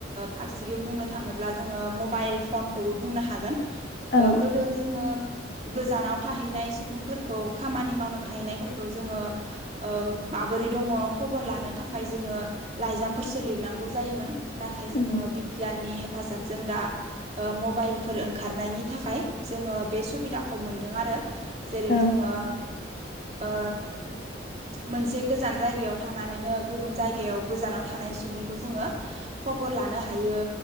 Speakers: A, on the right; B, on the left.
A: फारसेथिं बुंनो थांङोब्ला जोंङो मबाइल फनखौबो बुंनो हागोन।
B: औ
A: ओ गोदो जोंङो गोजानाव थाहैनाय सुबुंफोरखौ खामानि मावनो थाहैनायफोरखौ जोंङो ओ आब बोरै दंङो खबर लानो थाखाय जोंङो लाइजामफोर सोलिरनांगौ जायोमोन नाथाय जोंङो
B: उम
A: बिगियाननि हे हेफाजाबजों दा मबाइलफोर ओंखारनायनि थाखाय जोंङो बे सुबिदाखौ मोनदों आरो जेरै
B: औ
A: जोंङो ओ मोनसे गोजान जायगायाव थानानैनो गुबुन जायगायाव गोजानाव थानाय सुबुंखौ जोंङो खबर लानो हायो